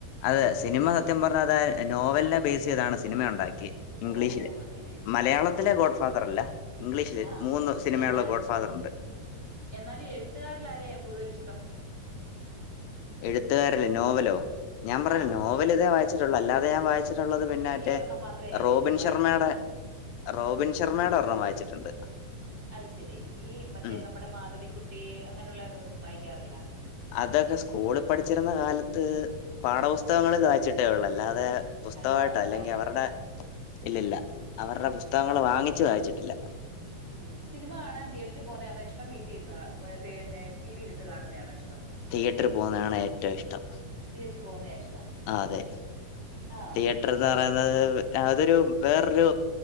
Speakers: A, on the left; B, on the right.
A: അതെ സിനിമ സത്യം പറഞ്ഞാത് നോവലിനെ ബേസ് ചെയ്താണ് സിനിമ ഒണ്ടാക്കിയെ ഇംഗ്ലീഷിലെ
B: ഓ ഓ അങ്ങനെ
A: മലയാളത്തിലെ ഗോഡ് ഫാദർ അല്ല ഇംഗ്ലീഷില്
B: ആഹ്
A: മൂന്ന് സിനിമയുള്ള
B: എന്നാലും
A: ഗോഡ് ഫാദർ ഉണ്ട്
B: എന്നാലും എഴുത്തുകാരിലാരെയ കൂടുതലിഷ്ടം
A: എഴുത്തുകാരല്ലേ നോവലോ ഞാൻ പറഞ്ഞല്ലോ
B: ആഹ്
A: നോവൽ ഇതേ വായിച്ചിട്ടുള്ളു അല്ലാതെ ഞാൻ വായിച്ചിട്ടുള്ളത് പിന്നെ മറ്റേ
B: ഈ ഒരെണ്ണം മാത്രമേ എഴുതിയിട്ടു
A: റോബിൻ
B: വായിച്ചിട്ടുള്ളൂ
A: ശർമ്മയുടെ റോബിൻ ശർമ്മയുടെ ഒരെണ്ണം വായിച്ചിട്ടുണ്ട്
B: അത് ശെരി ഈ മറ്റേ
A: ഉം
B: നമ്മടെ മാധവിക്കുട്ടി അങ്ങനെയുള്ള ഒന്നും വായിക്കാറില്ല
A: അതൊക്കെ സ്കൂളിൽ പഠിച്ചിരുന്ന കാലത്ത് പാഠപുസ്തകങ്ങളിൽ വായിച്ചിട്ടേ ഉള്ളൂ അല്ലാതെ പുസ്തകമായിട്ടാ
B: അല്ലാതൊന്നും
A: അല്ലെങ്കിൽ
B: വായിക്കാറില്ല
A: അവരുടെ ഇല്ലില്ല അവരുടെ പുസ്തകങ്ങള് വാങ്ങിച്ചു വായിച്ചിട്ടില്ല
B: ഉം സിനിമ കാണാൻ തിയേറ്ററിൽ പോകുന്നയാണോയിഷ്ടം വീട്ടിലിര്ന്ന് പിന്നെ ടി വിയിലിട്ട് കാണുന്നതണോ ഇഷ്ടം
A: തിയേറ്ററി പോകുന്നതാണ് ഏറ്റവും ഇഷ്ടം
B: തിയേറ്റിൽ പോകുന്നയാ ഇഷ്ടം
A: ആ അതെ
B: ആഹ്
A: തിയേറ്റർ എന്ന്
B: ചെൽ
A: പറയുന്നത് അതൊരു വേറൊരു